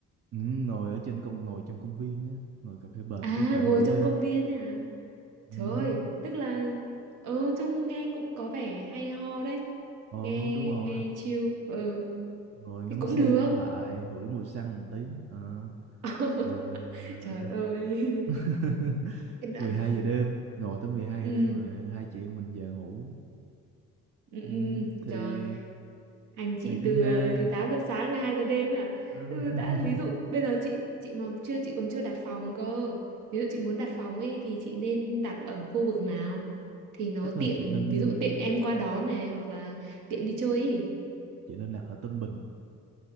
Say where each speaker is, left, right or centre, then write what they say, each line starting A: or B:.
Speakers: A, on the right (about 50°); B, on the right (about 80°).
A: Ừm, ngồi ở trên công ngồi trong công viên á ngồi cà phê bệt
B: À,
A: tới cỡ nửa
B: ngồi trong
A: đêm
B: công viên ấy hả?
A: Ừm,
B: Trời ơi, tức là ừ, trông nghe cũng có vẻ hay ho đấy.
A: ồ
B: Nghe
A: đúng rồi
B: nghe chill. Ừ,
A: ngồi
B: thì
A: ngắm
B: cũng
A: xe
B: được.
A: qua lại hửi mùi xăng một tí Ờ,
B: <laughs>
A: rồi
B: Trời
A: ờ,
B: ơi.
A: <laughs>
B: Cái đoạn.
A: 12 giờ đêm ngồi tới 12
B: Ừ.
A: giờ đêm rồi hai chị em mình về ngủ
B: ừ,
A: Ừ,
B: ừ,
A: thì
B: trời hành chị
A: ngày thứ
B: từ
A: hai
B: ờ, từ 8 giờ sáng 12 giờ đêm ấy à
A: ờ,
B: ừ,
A: <laughs>
B: đã ví dụ bây giờ chị chị mà chưa chị còn chưa đặt phòng cơ ví dụ chị muốn đặt phòng ấy thì chị nên đặt ở khu vực nào thì nó
A: chắc
B: tiện
A: là chị nên
B: ví dụ tiện em qua đón này hoặc là tiện đi chơi ý.
A: chị nên đặt ở Tân Bình